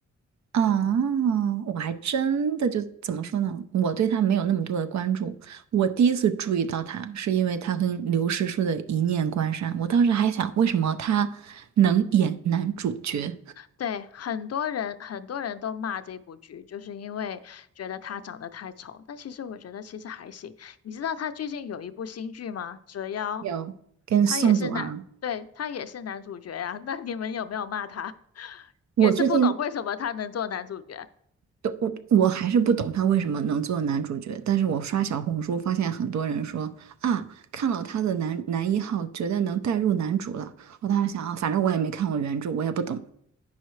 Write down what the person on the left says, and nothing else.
对，很多人很多人都骂这部剧，就是因为觉得他长得太丑。但其实我觉得其实还行。你知道他最近有一部新剧吗？《折腰》，
他也是男，对，他也是男主角呀、<laughs> 那你们有没有骂他？<laughs>
也是不懂为什么他能做男主角。